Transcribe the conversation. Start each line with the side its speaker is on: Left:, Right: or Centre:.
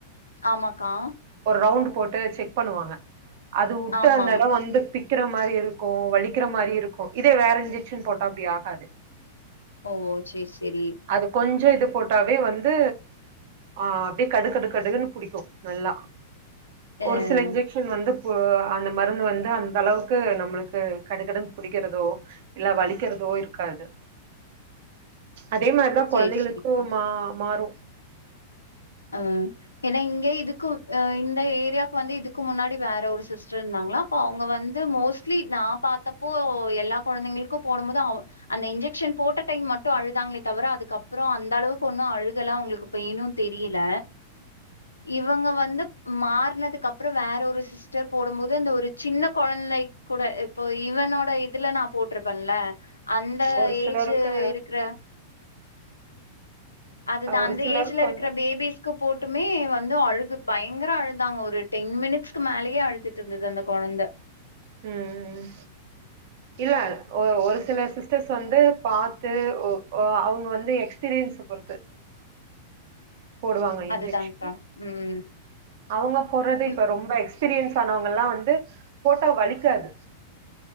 Left: ஆமாக்கா
Right: ஒரு ரவுண்ட் போட்டு செக் பண்ணுவாங்க அது ஊட்ட
Left: ஆமா
Right: அந்தடம் வந்து பி க்கிற மாரி இருக்கும் வலிக்கிற மாரி இருக்கும் இதே வேற இன்ஜெக்ஷன் போட்டா அப்படி ஆகாது
Left: ஓஓ செரி செரி
Right: அது கொஞ்சோ இது போட்டாவே வந்து ஆஹ் அப்படியே கடுக்கடுக்கடுன்னு பிடிக்கும் நல்லா
Left: அ
Right: ஒரு சில இன்ஜெக்ஷன் வந்து அந்த மருந்து வந்து அந்த அளவுக்கு நம்மளுக்கு கடு கடுனு புடிக்கிறதோ இல்ல வலிக்கிறதோ இருக்காது அதே மாதிரிதான்
Left: சேரி
Right: கொழந்தைகக்கும்
Left: சேரிக்கா
Right: மா மாறும்
Left: ஹம் ஏன்னா இங்கே இதுக்கு இந்த ஏரியாவுக்கு வந்து இதுக்கு முன்னாடி வேற ஒரு சிஸ்டர் இருந்தாங்களா அப்போ அவங்க வந்து மோஸ்ட்லி நான் பார்த்தப்போ எல்லா கொழந்தைங்களுக்கும் போடும் போது அவ அந்த இன்ஜெக்ஷன் போட்ட டைம் மட்டும் அழுதாங்களே தவிர அதுக்கப்புறம் அந்த அளவுக்கு ஒன்னும் அழுகல்லாம் அவங்களுக்கு பெயினும் தெரிய தெரியல இவங்க வந்து மாறனதுக்கு அப்புறம் வேற ஒரு சிஸ்டர் போடும் போது அந்த ஒரு சின்ன குழந்தை கூட இப்போ இவனோட இதுல நான் போட்டிருப்பேன்ல அந்த
Right: ஒரு சிலருக்கு
Left: ஏஜ் இருக்குற அதுதான்
Right: ஒரு
Left: அந்த
Right: சிலருக்கு
Left: ஏஜ்ல இருக்கிற
Right: வந்து
Left: பேபிஸ்க்கு போட்டு மட்டுமே வந்து அழுகு க்கு பயங்கர அழுதாங்க ஒரு டென் மினிட்ஸ்க்கு மேலேயே அழுதுட்டு இருந்தது அந்த கொழந்த
Right: உஹம் இல்ல ஒரு சில சிஸ்டர்ஸ் வந்து பாத்து அவங்க வந்து எக்ஸ்பீரியன்ஸ பொறுத்து போடுவாங்க
Left: அதுதான்க்கா
Right: இன்ஜெஷன்
Left: ம்
Right: அவங்க போடுறது
Left: இவ்
Right: இப்ப ரொம்ப எக்ஸ் எக்ஸ்பீரியன்ஸ் ஆனவங்க எல்லாம் வந்து போட்டா வலிக்காது